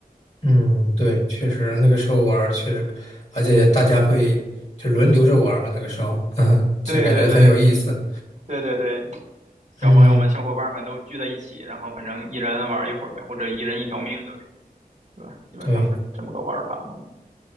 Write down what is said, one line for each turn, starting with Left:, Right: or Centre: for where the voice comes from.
Left: 嗯，对，确实那个时候玩儿确实，而且大家会就轮流着玩儿嘛，那个时候，<laughs> 嗯，其实感觉很有意思。
Right: 对对对对对对，小朋友们、
Left: 嗯，
Right: 小伙伴们都聚在一起，然后反正一人玩一会儿呗，或者一人一条命的呗，是吧？基本上是这么个玩法嘛。
Left: 对，